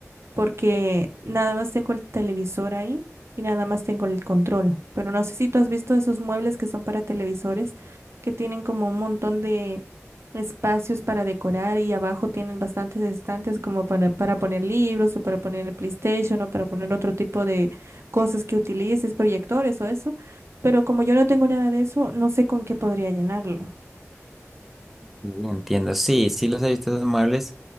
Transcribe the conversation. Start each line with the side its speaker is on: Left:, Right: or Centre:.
Right: porque nada más tengo el televisor ahí y nada más tengo el control. Pero no sé si tú has visto esos muebles que son para televisores, que tienen como un montón de espacios para decorar y abajo tienen bastantes estantes como para, para poner libros o para poner el PlayStation o para poner otro tipo de cosas que utilices, proyectores o eso. Pero como yo no tengo nada de eso, no sé con qué podría llenarlo.
Centre: Sí, Entiendo, sí, sí los he visto esos muebles